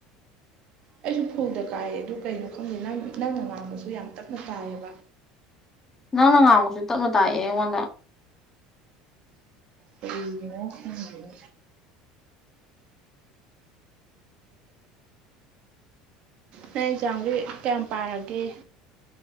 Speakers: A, on the right; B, on the left.
A: ꯑꯩꯁꯨ ꯐꯧꯗ ꯀꯥꯏꯑ ꯑꯗꯨ ꯀꯩꯅꯣ ꯈꯪꯗꯦ ꯅꯪ ꯅꯪꯅ ꯉꯥꯡꯕꯁꯨ ꯌꯥꯝ ꯇꯞꯅ ꯇꯥꯏꯌꯦꯕ
B: ꯅꯪꯅ ꯉꯥꯡꯕꯁꯨ ꯇꯞꯅ ꯇꯥꯛꯑꯦ ꯑꯩꯉꯣꯟꯗ
A: ꯀꯔꯤ ꯒꯤ ꯅꯣ ꯈꯪꯗꯦꯅꯦ ꯅꯪ ꯑꯦꯛꯖꯥꯝꯒꯤ ꯀꯌꯥꯝ ꯄꯥꯔꯒꯦ